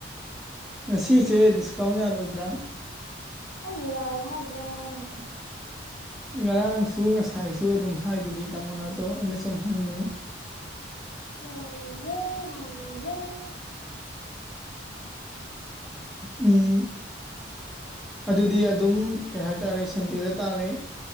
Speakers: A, in the centre; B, on the left.
A: ꯉꯁꯤꯁꯦ ꯗꯤꯁꯀꯥꯎꯟ ꯌꯥꯔꯣꯏꯗ꯭ꯔꯥ
B: ꯑꯩꯅ ꯌꯥꯔꯣꯏ ꯍꯥꯏꯗꯨꯕꯨ ꯉꯔꯥꯡꯅ
A: ꯉꯔꯥꯡꯁꯨ ꯉꯁꯥꯏꯁꯨ ꯑꯗꯨꯝ ꯍꯥꯏꯗꯨꯗꯤ ꯇꯥꯃꯣꯅ ꯑꯇꯣ ꯑꯩꯅ ꯁꯨꯝ ꯍꯪꯉꯤꯅꯦ
B: ꯌꯥꯔꯣꯏꯌꯦ ꯌꯥꯔꯣꯏ ꯌꯦ
A: ꯎꯝ ꯑꯗꯨꯗꯤ ꯑꯗꯨꯝ ꯀꯩ ꯍꯥꯏꯇꯥꯔꯦ ꯁꯟꯗꯦꯗ ꯇꯥꯔꯦ